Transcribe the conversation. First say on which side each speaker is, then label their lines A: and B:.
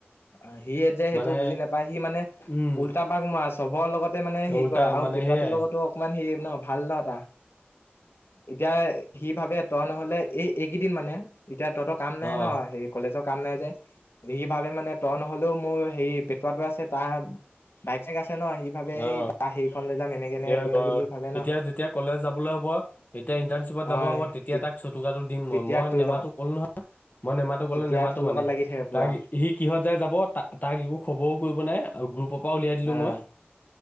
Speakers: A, on the left; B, on the left.
A: অ', সিয়ে <unintelligible> যে সেইটো
B: মানে
A: বুজি নাপায় সি মানে
B: উম
A: উল্টা পাক মৰা আছে। চবৰ লগতে মানে হেৰি
B: উল্টা
A: কৰে আৰু
B: মানে
A: পেটোৱাটোৰ
B: সেইয়াই
A: লগতো অকণমান হেৰি ন ভাল ন তাৰ? এতিয়া সি ভাবে তই নহলে এই এইকেইদিন মানে এতিয়া তহঁতৰ কাম নাই
B: অ
A: ন হেৰি কলেজৰ কাম নাই যে। সি ভাবে মানে তই নহ'লেও মোৰ হেৰি পেটোৱাটো আছে তাৰ বাইক ছাইক আছে ন সি ভাবে
B: অ',
A: এই তাৰ হেৰিখন লৈ যাম এনেকে এনেকে
B: সেই
A: কৰিম বুলি ভাবে ন।
B: এতিয়া যেতিয়া কলেজ যাবলৈ হ'ব। এতিয়া ইণ্টাৰ্নশ্বিপত যাব
A: অ'
B: হ'ব তেতিয়া তাক চটুকাটো দিম
A: তেতিয়া
B: মই-মই
A: তোৰ
B: নেমাতো
A: লগত
B: ক'লোঁ নহয়। মই নেমাটো ক'লোঁ
A: তেতিয়া
B: নেমাটো
A: তোৰ
B: মানে
A: লগত লাগি থাকে পুৰা।
B: তাইক সি কিহত যায় যাব। ত তাক একো খবৰো কৰিব নাই আৰু গ্ৰুপৰ পৰা উলিয়াই দিলোঁ
A: অ'
B: মই।